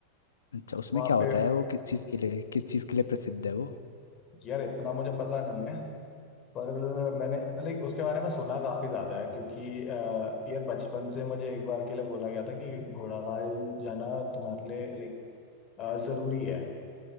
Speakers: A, on the left; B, on the left.
A: अच्छा उसमें
B: वहाँ
A: क्या होता
B: पे
A: है वो किस चीज़ के लिए किस चीज़ के लिए प्रसिद्ध है वो
B: यार इतना मुझे पता नहीं है पर मैंने लाइक उसके बारे में सुना काफ़ी ज़्यादा है क्योंकि अ, यार बचपन से मुझे एक बार के लिए बोला गया था कि घोड़ाखाल जाना तुम्हारे लिए लाइक ज़रूरी है